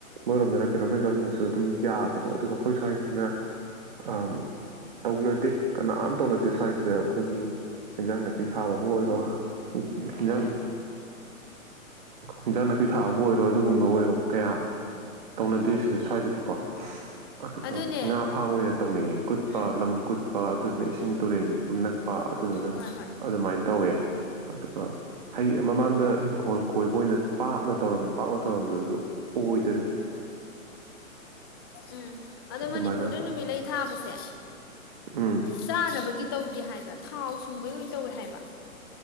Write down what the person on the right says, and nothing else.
ꯃꯣꯏꯔꯣꯝꯗꯅ ꯀꯩꯅꯣꯝꯃꯦꯛ ꯇꯧꯅꯤꯡꯉꯁꯨ ꯑꯗꯨꯝ ꯌꯥꯕꯗꯣ ꯑꯗꯨꯒ ꯑꯩꯈꯣꯏ ꯁ꯭ꯋꯥꯏꯒꯤꯁꯤꯅ ꯑ ꯇꯧꯅꯗꯦ ꯀꯅꯥꯝ ꯇꯧꯅꯗꯦ ꯑꯗꯨ ꯁ꯭ꯏꯁꯤꯗ ꯑꯩꯈꯣꯏꯒꯤ ꯑꯦꯟꯖꯥꯡ ꯅꯥꯄꯤ ꯊꯥꯕꯕꯨ ꯑꯣꯏꯔꯣ ꯍꯟꯖꯥꯡ ꯍꯟꯖꯥꯡ ꯅꯥꯄꯤ ꯊꯥꯕꯕꯨ ꯑꯣꯏꯔꯣ ꯑꯗꯨꯒꯨꯝꯕ ꯑꯣꯏꯔꯣ ꯀꯌꯥ ꯇꯧꯅꯗꯦ ꯁꯤꯗ ꯁ꯭ꯋꯥꯏꯗꯗꯤꯀꯣ ꯑꯗꯨꯒ
ꯉꯥ ꯐꯥꯝ ꯑꯣꯏꯅ ꯇꯧꯅꯩꯌꯦ ꯀꯨꯠꯄ
ꯂꯝ ꯀꯨꯠ ꯑꯗꯨꯅ ꯏꯁꯤꯡ ꯇꯨꯔꯦꯟꯅꯛ ꯑꯥ ꯑꯗꯨꯗꯨꯅ
ꯑꯗꯨꯃꯥꯏꯅ ꯇꯧꯋꯦ ꯑꯗꯨꯒ ꯍꯩ ꯃꯃꯥꯡꯗ ꯏꯪꯈꯣꯜ ꯀꯣꯏꯕ ꯑꯣꯏꯅ ꯄꯥꯛꯅ ꯇꯧꯔꯝꯃꯦ ꯄꯥꯛꯅ ꯇꯧꯔꯝꯕꯗꯨꯁꯨ ꯑꯣꯏ
ꯑꯗꯨꯃꯥꯏꯅ
ꯇꯧꯋꯦ
ꯎꯝ